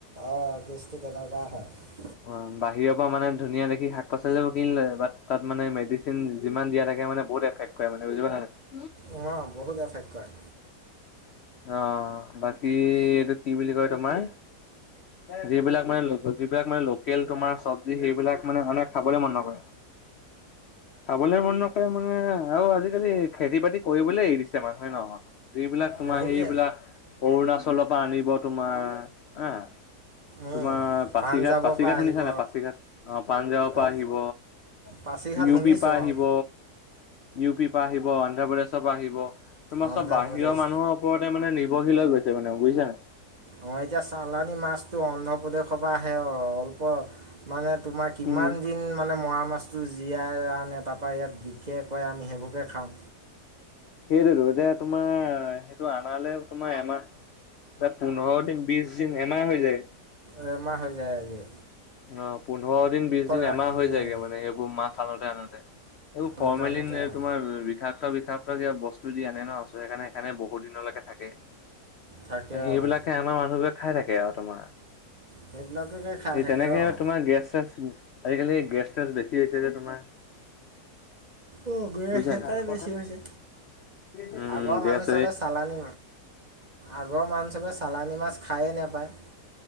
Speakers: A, on the right; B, on the left.
A: অ', কেচটো তেনেকোৱা হয়।
B: অ', বাহিৰৰ পৰা মানে ধুনীয়া দেখি শাক পাচলিবোৰ কিনি লয় বাত তাত মানে মেডিচিন যিমান দিয়া থাক এতিয়া মানে বহুত এফেক্ট কৰে মানে বুজি পালা নে।
A: অ ', বহুত এফেক্ট কৰে।
B: অ', বাকী এইটো কি বুলি কয় তোমাৰ। যিবিলাক মানে যিবিলাক মানে লোকেল তোমাৰ চবজি সেইবিলাক মানে মানুহে খাবলে মন নকৰে। খাবলে মন নকৰে মানে আৰু আজিকালি খেতি বাতি কৰিবলে এৰি দিছে মানুহে ন। তোমাৰ
A: বহুতে
B: সেইবিলাক অৰুণাচলৰ পৰা আনিব তোমাৰ এ।
A: উম
B: তোমাৰ পাছিঘাট-
A: পাঞ্জাৱৰ
B: পাছিঘাট
A: পৰা আহিব
B: শুনিছা নে পাছিঘাট অ পাঞ্জাৱৰ পৰা
A: অ
B: আহিব।
A: পাছিঘাট
B: ইউ
A: শুনিছোঁ
B: পি পৰা আহিব।
A: অ
B: ইউ পি পৰা আহিব, অন্ধ্ৰপ্ৰদেশৰ পৰা আহিব, তোমাৰ
A: অন্ধ্ৰপ্ৰদেশ
B: চব বাহিৰৰ মানুহৰ ওপৰত মানে নিৰ্ভৰশীল হৈ গৈছে মানে বুজিছানাই।
A: মই এতিয়া চালানি মাছতটো অন্ধ্ৰপ প্ৰদেশৰ পৰা। হে অ', অলপ মানে তোমাৰ কিমান
B: উম
A: দিন মানে মৰা মাছ বস্তু জীয়াই আনে তাৰপৰা ইয়াত বিশেষ কৈ আমি সেইবকে খাওঁ
B: সেইটোতো এতিয়া তোমাৰ সেইটো আনালে তোমাৰ এমাহ এ পোন্ধৰ দিন বিশ দিন এমাহ হৈ যায়
A: এ ম হৈ যায় আৰু গে
B: অ পোন্ধৰ দিন বিশ দিন
A: ৰাখি
B: এমাহ হৈ যায়গে মানে সেইবোৰ মাছ আনোতে আনোতে। এইবোৰ
A: অনুদানতে
B: ফৰ্মেলিন এই
A: অঁ
B: তোমাৰ বিষাক্ত বিষাক কিব বস্তু দি আনে ন সেইকাৰণে সেইখে বহু দিনলৈকে থাকে।
A: থাকে
B: সেইবিলাকে
A: অঁ
B: আমাৰ মানুহবোক খাই থাকে আৰু তোমাৰ
A: সেইবিলাকেকে খাই
B: সেই
A: থাকে
B: তেনেকে
A: অঁ
B: তোমাৰ গেছ চ আজিকালি গেছ চাছ বেছি হৈছে যে তোমাৰ
A: অ গৈ
B: বুজিছা
A: সে
B: নাই?
A: কে বেছি হৈছে।
B: উম,
A: আগৰ
B: গেছ
A: মানুহ চবে চালানী আগৰ মানুহ চবে চালানী মাছ খায়েই নাপায়